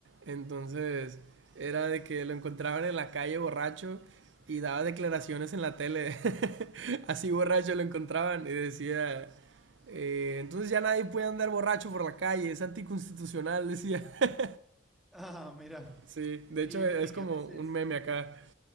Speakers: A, on the right; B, in the centre.
A: Entonces, era de que lo encontraban en la calle borracho y daba declaraciones en la tele. <laughs> Así borracho lo encontraban y decía... eh, entonces ya nadie puede andar borracho por la calle, es anticonstitucional, decía. <laughs>
B: Ah, mira.
A: Sí, de hecho
B: Y viste
A: es
B: que
A: como
B: a veces,
A: un meme acá.